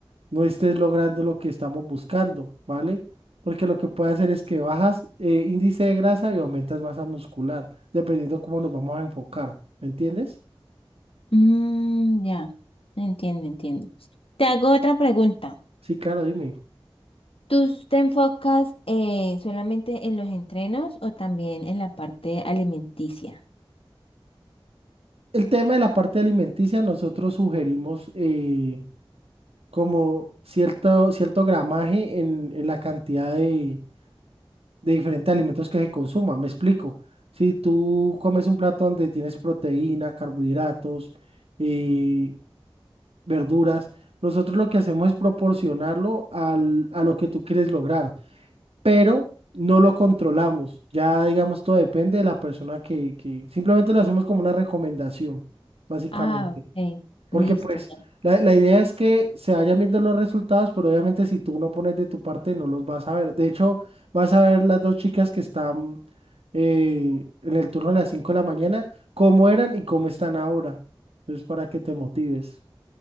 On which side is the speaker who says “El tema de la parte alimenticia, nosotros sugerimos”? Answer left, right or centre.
Right